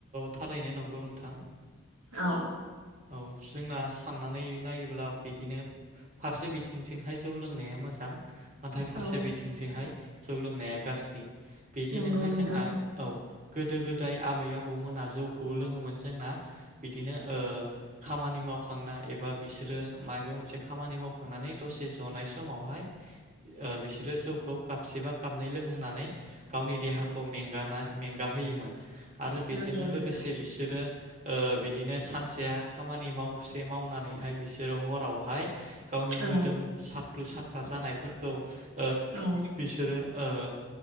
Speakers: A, on the right; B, on the right.
A: थारैनो नंगौ औ नोंथां।
B: औ।
A: औ जोंना सान्नानै नायोब्ला बिदिनो फारसे बिथिंजोंहाय जौ लोंनाया मोजां। नाथाय फारसे
B: औ
A: बिथिंजोंहाय जौ लोंनाया गाज्रि। बिदिनोहाय
B: नंगौ नोंथां
A: जोंना औ। गोदो गोदाय आबै आबौमोना जौखौ लोङोमोन जोंना बिदिनो ओ खामानि मावखांना एबा बिसोरो माबा मोनसे खामानि मावखांनानै दसे जनाय समाव हाय ओ बिसोरो जौखौ काबसे बा काबनै लोंहोनानै गावनि देहाखौ मेंगा ना मेंगा होयोमोन आरो बेजोंनो
B: नंगौ नोंथां
A: लोगोसे बिसोरो ओ बिदिनो सानसेया खामानि मावसे मावनानैहाय बिसोरो हरावहाय गावनि मोदोम
B: औ
A: सा ख्रु साख्रा जानायफोरखौ ओ
B: औ
A: बिसोरो ओ